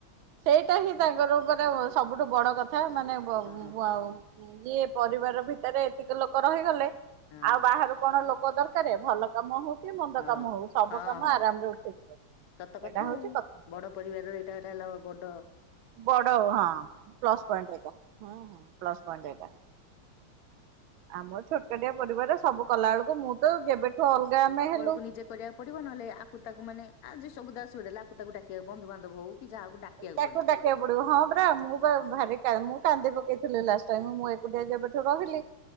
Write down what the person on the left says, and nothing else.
ହଁ
ହଁ
ହଁ
ହଁ
ହଁ।
ସତ
କଥା
ଆଉ
ବଡ ପରିବାରର ଏଇଟା ଗୋଟେ ହେଲ ବଡ଼
କୁ ନିଜେ କରିଆକୁ ପଡିବ ନହେଲେ ଆକୁ ତାକୁ ମାନେ ଆଜି ସୁବିଧା ଅସୁବିଧା ହେଲା ଆକୁ ତାକୁ ଡାକିଆକୁ ବନ୍ଧୁବାନ୍ଧବ ହଉ। କି ଯାହାକୁ ଡାକିବାକୁ
ପଡିବ